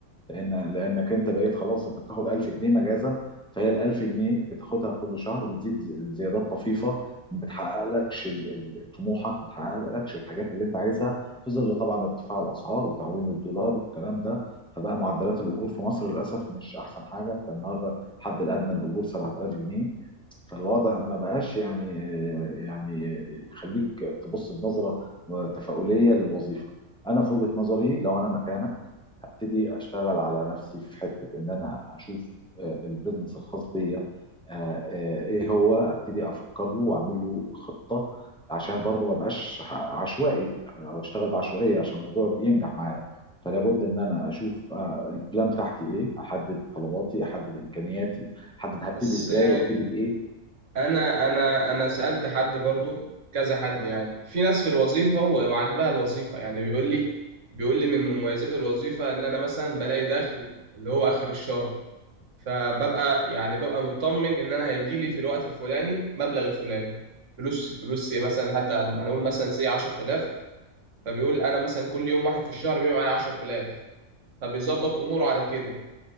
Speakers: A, in the centre; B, on the right.
A: لان لانك انت بقيت خلاص انت بتاخد 1000 جنيه مجازا فهي ال 1000 جنيه بتاخدها كل شهر وبتزيد ز- زيادات طفيفه ما بتحققلكش ال- ال- طموحك ما بتحققلكش الحاجات اللي انت عايزها في ظل طبعا ارتفاع الاسعار وتعويم الدولار والكلام ده فبقى معدلات الاجور في مصر للاسف مش احسن حاجه انت النهارده الحد الادنى للاجور 7000 جنيه فالوضع ما بقاش يعني يعني يخليك تبص بنظرة تفاؤلية للوظيفة انا في وجهة نظري لو انا مكانك هبتدي اشتغل على نفسي في حتة ان انا هشوف آه، البيزنس الخاص بيا آه، آه، ايه هو ابتدي افكر له واعمل له خطة عشان برضه ما بقاش ح- عشوائي آه، او اشتغل بعشوائية عشان الموضوع بينجح معايا فلابد ان انا اشوف آه، البلان بتاعتي ايه احدد طلباتي احدد امكانياتي احدد هبتدي
B: بس
A: ازاي
B: آه،
A: وابتدي بايه
B: انا انا انا سالت حد برضو كذا حد يعني في ناس في الوظيفه و- وعجبها الوظيفه يعني بيقول لي بيقول لي من مميزات الوظيفه ان انا مثلا بلاقي دخل اللي هو اخر الشهر فببقى يعني ببقى مطمن ان انا هيجي لي في الوقت الفلاني مبلغ الفلاني فلوس فلوس إيه مثلا حتى انا اقول مثلا سي 10000 فبيقول انا مثلا كل يوم واحد في الشهر بيبقى معايا 10000 فبيظبط اموره على كده